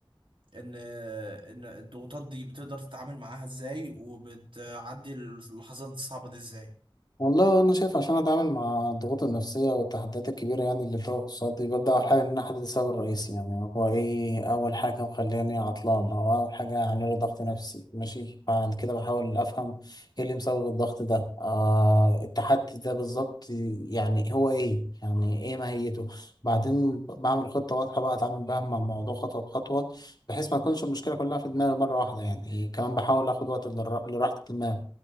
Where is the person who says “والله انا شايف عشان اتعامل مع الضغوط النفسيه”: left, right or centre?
Left